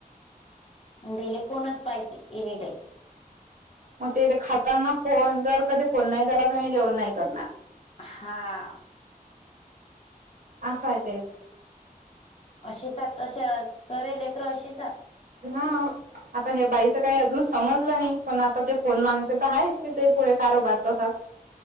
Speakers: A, on the left; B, on the right.
A: अनं तेले फोनच पाहिजे एनी टाईम
B: मग ते खाताना फोन जर कधी फोन नाही झाला कणय जेवन नाही करणार.
A: हा.
B: असा हाय तेस
A: अशी का तशा सर्वी लेकर अशीच आत
B: हा आता हे बाईचं काय अजून समजलं नही पण आता ते फोन मागते तर आहेच तिचे ही पुढे कारोबार तसाचं